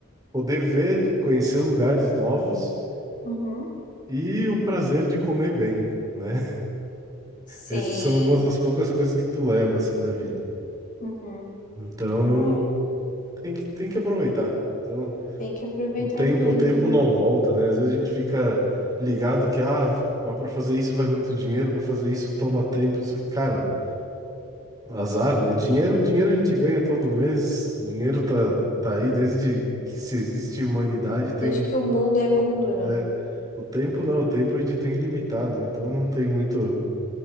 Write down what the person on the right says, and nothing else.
poder ver, conhecer lugares novos
e o prazer de comer bem né?
Essas são umas das poucas coisas que tu leva assim da vida.
Então,
tem que, tem que aproveitar. Então,
o tempo,
o tempo não volta, né? Às vezes a gente fica ligado que, ah, mas para fazer isso vai muito dinheiro, para fazer isso toma tempo. Só que, Cara, azar, né? Dinheiro, dinheiro a gente ganha todo mês. Dinheiro tá, tá aí desde que se existe humanidade, tem,
né?
O tempo não, o tempo a gente tem limitado, então não tem muito o